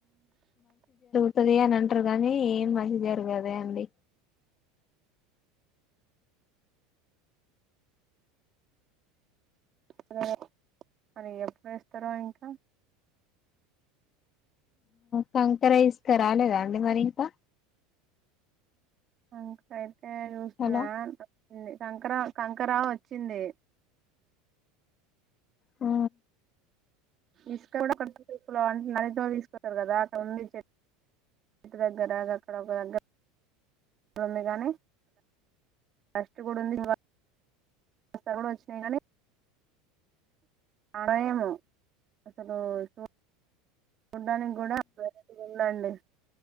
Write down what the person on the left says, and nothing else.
వస్తుది అని అంటారు కాగానీ ఏం మంచి జారు కదా అండి
కంకర ఇసుక రాలేదా అండి మరి ఇంకా
హలో
ఆ